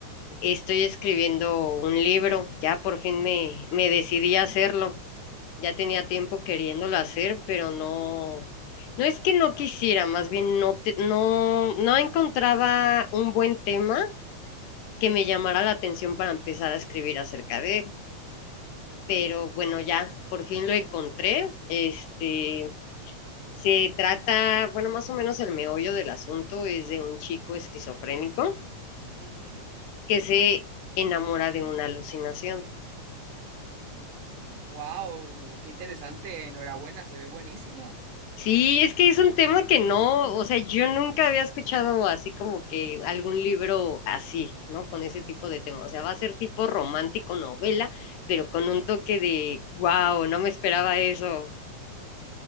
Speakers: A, on the left; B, on the right.
A: Estoy escribiendo un libro, ya por fin me, me decidí a hacerlo. Ya tenía tiempo queriéndolo hacer, pero no, no es que no quisiera, más bien no, te- no, no encontraba un buen tema que me llamara la atención para empezar a escribir acerca de él.
B: Ujú.
A: Pero bueno, ya, por fin lo encontré. Este, se trata, bueno, más o menos el meollo del asunto es de un chico esquizofrénico
B: Ujú.
A: que se enamora de una alucinación.
B: wow, qué interesante. Enhorabuena, se ve buenísimo.
A: Sí, es que es un tema que no, o sea, yo nunca había escuchado así como que algún libro así, ¿no? Con ese tipo de tema. O sea, va a ser tipo romántico novela, pero con un toque de, wow, no me esperaba eso.